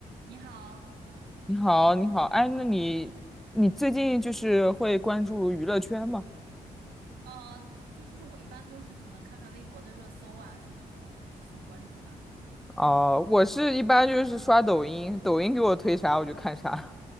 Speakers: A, on the right (about 85°); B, in the centre.
A: 你好，
B: 你好，你好，哎，那你你最近就是会关注娱乐圈吗？
A: 呃，就是我一般都是可能看看微博的热搜啊什么的，就算关注吧。
B: 哦，我是一般就是刷抖音，抖音给我推啥我就看啥。